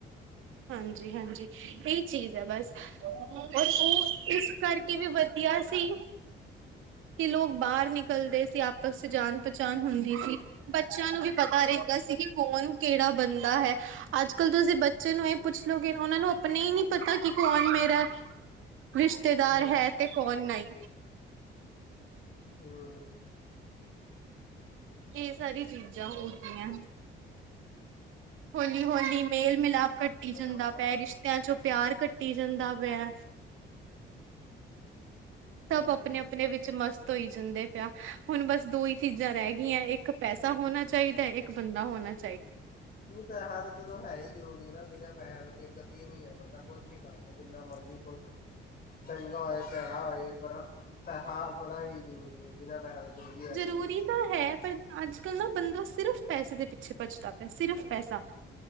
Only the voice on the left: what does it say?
ਹਮ
ਹੂੰ।
ਹਮ
ਹਾਂਜੀ
ਹੋ ਤਾ ਹੈ ਚਲੋ, ਹੈ ਹੀ ਜ਼ਰੂਰੀ ਹੈ ਨਾ ਬਿਨਾਂ ਪੈਸੇ ਤੇ ਗਤੀ ਨੀ ਹੈ ਬੰਦਾ ਕੁਛ ਵੀ ਕਰਲੇ ਜਿੰਨਾ ਮਰਜ਼ੀ ਕੁਛ ਚੰਗਾ ਹੋਏ ਪੈੜਾ ਹੋਏ ਪਰ, ਪੈਸਾ ਬੜਾ ਹੀ ਜ਼ਰੂਰੀ ਹੈ ਬਿਨਾਂ ਪੈਸਾ ਤੋਂ ਜ਼ਿੰਦਗੀ ਹੈ
ਹੀ ਨਹੀਂ